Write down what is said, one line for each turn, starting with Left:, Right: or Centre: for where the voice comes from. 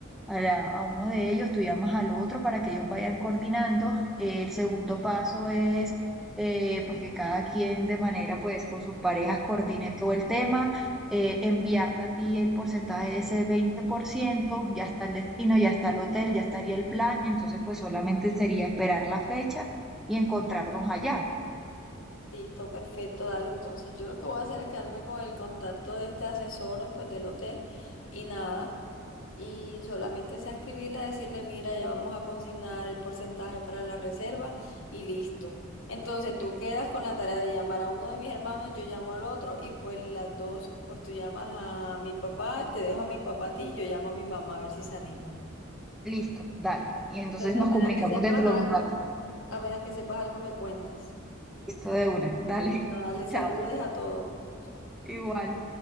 Centre: a, la- a uno de ellos, tú llamas al otro para que ellos vayan coordinando. Eh, el segundo paso es eh, pues que cada quien de manera pues con sus parejas coordine todo el tema, eh, enviarte a ti el porcentaje de ese veinte por ciento ya está el destino, ya está el hotel, ya estaría el plan, entonces pues solamente sería esperar la fecha y encontrarnos allá.
Left: Listo, perfecto, dale. Entonces, yo lo que voy a hacer es quedarme con el contacto de este asesor, pues del hotel y nada. Y solamente sea escribirle, decirle, mira, ya vamos a consignar el porcentaje para la reserva y listo. Entonces, tú
Centre: Sí.
Left: quedas con la tarea de llamar a uno de mis hermanos, yo llamo al otro y pues las dos, pues tú llamas a mi papá, te dejo a mi papá a ti y yo llamo a mi mamá a ver si se anima.
Centre: Listo, dale. Y entonces
Left: Entonces,
Centre: nos
Left: apenas
Centre: comunicamos
Left: que sepas
Centre: dentro
Left: algo,
Centre: de un rato.
Left: apenas que sepas algo me cuentas.
Centre: Listo de una, dale.
Left: Y que nada,
Centre: <laughs>
Left: le saludes
Centre: Chao.
Left: a todos. Chao.
Centre: Igual.